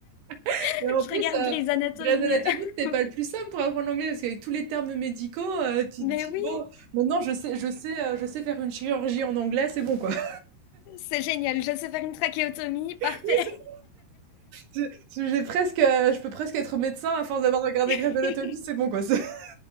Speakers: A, on the right; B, on the left.
A: <laughs>
B: <laughs>
A: Et en
B: Je
A: plus,
B: regarde
A: euh,
B: Grey's Anatomy.
A: Grey's Anatomy,
B: <laughs>
A: c'était pas le plus simple pour apprendre l'anglais parce qu'avec tous les termes médicaux, euh, tu
B: Mais
A: te dis
B: oui,
A: bon, maintenant je sais, je sais, euh, je sais faire une chirurgie en anglais, c'est bon quoi. <laughs>
B: c'est génial. Je sais faire une trachéotomie, parfait.
A: Oui, c'est- je- j'ai presque, euh, je peux presque être médecin à force d'avoir regardé
B: <laughs>
A: Grey's Anatomy, c'est bon quoi. <laughs> c'est-